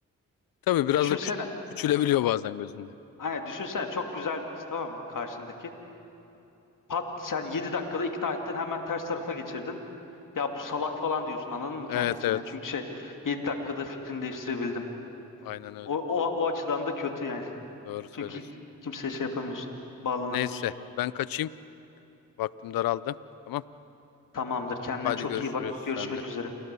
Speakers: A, on the left; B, on the left.
A: Tabii biraz
B: Düşünsene.
A: da küç- küçülebiliyor bazen gözünde.
B: Aynen düşünsene çok güzel bir kız tamam mı karşındaki. Pat sen 7 dakikada ikna ettin hemen ters tarafa geçirdin. Ya bu salak falan diyorsun anladın mı kendi
A: Evet
B: içinden?
A: evet.
B: Çünkü şey 7 dakikada fikrini değiştirebildim.
A: Aynen öyle.
B: O, o, o açıdan da kötü yani. <laughs>
A: Doğru söylüyorsun.
B: Çünkü kimseye şey yapamıyorsun. Bağlanamıyorsun.
A: Neyse ben kaçayım. Vaktim daraldı. Tamam.
B: Tamamdır. Kendine
A: Hadi
B: çok
A: görüşürüz.
B: iyi bak. Görüşmek
A: Sen de.
B: üzere.